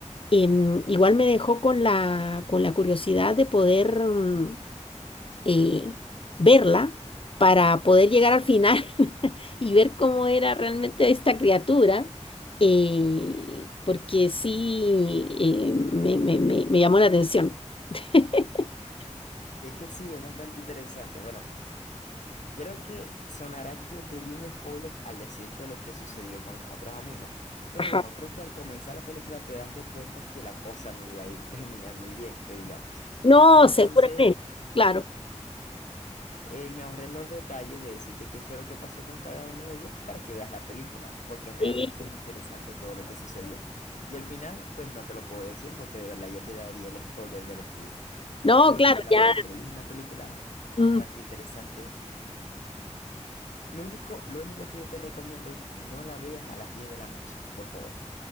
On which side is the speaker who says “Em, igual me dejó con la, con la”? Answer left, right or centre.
Left